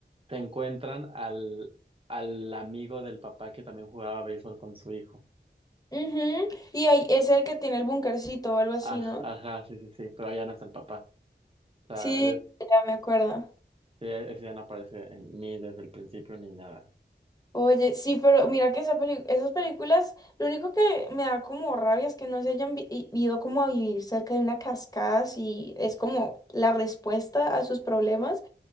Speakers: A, on the right; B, on the left.
A: se encuentran al, al amigo del papá que también jugaba béisbol con su hijo.
B: Ujú, Y ahí es el que tiene el bunkercito o algo
A: Aj-
B: así, ¿no?
A: Ajá, sí, sí, sí, pero ya no está el papá. O sea,
B: Sí,
A: des-
B: ya me acuerdo.
A: sí, ese ya no aparece en, ni desde el principio ni nada.
B: Oye, sí, pero mira que esa peli- esas películas, lo único que me da como rabia es que no se hayan vi- i- ido como a vivir cerca de una cascada, si es como la respuesta a sus problemas,